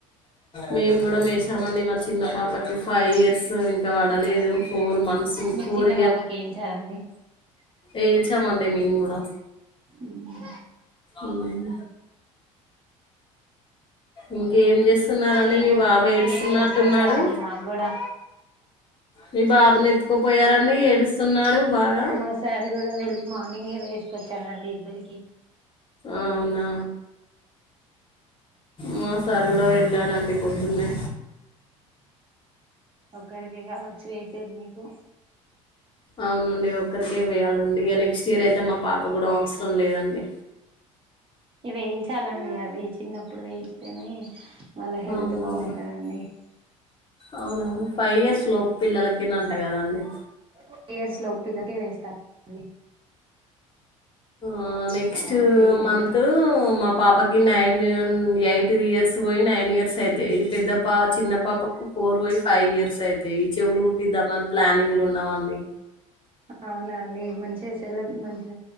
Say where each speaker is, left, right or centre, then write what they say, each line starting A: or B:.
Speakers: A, on the left; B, on the right.
A: మేము కూడా మే చామండి మా చిన్న పాపకి ఫైవ్ ఇయర్స్ ఇంకా పడలేదు ఫోర్ మంత్స్
B: మీ
A: ఫోర్
B: చిన్న పాపకి ఏంచేయాలండి
A: ఏయించామండి మేము కూడా
B: ఉమ్
A: ఉమ్ ఇంకేం చేస్తున్నారండి
B: మేము
A: మీ బాబ్
B: మార్నింగే
A: ఏడుస్తున్నట్టున్నాడు
B: వేయించుకొచ్చారండి మాకు కూడా
A: మీ బాబుని ఎత్తుకోపోయారండి ఏడుస్తున్నాడు బాగా
B: మా సార్ కూడా వెళ్ళి మార్నింగే వేసుకొచ్చానండి ఇద్దరికి
A: ఆ అవునా మా సార్ కూడా వెళ్ళాడండి పొద్దున్నే
B: ఒకరికి రావచ్చు వేసేది మీకు
A: అవునండి ఒక్కరికేమి వెయ్యాలండి ఇగ నెక్స్ట్ ఇయర్ అయితే మా పాప కూడా అవసరం లేదండి
B: ఇవి వేయించాలండి అవి చిన్నప్పుడు వేయించితేనే వాళ్ళ హెల్త్
A: అవునండి
B: బాగుంటదండి
A: అవున అవును ఫైవ్ ఇయర్స్ లోపు పిల్లలకే నంట కదండి
B: ఫైవ్ ఇయర్స్ లోపే పిల్లలకే వేస్తారు అండి
A: ఆ నెక్స్ట్
B: వాళ్ళకే ఇయర్
A: మంత్
B: ఇంకా
A: మా పాపకి nine eight and the years పోయి నైన్ ఇయర్స్ అయితయ్ పెద్ద పాప చిన్న పాపకు ఫోర్ పోయి ఫైవ్ ఇయర్స్ అయితాయి ఈ చెవులు కుట్టిద్దామని ప్లానింగ్లు ఉన్నామండి
B: అవునా అండి మంచిగా సెలెబ్ మంచి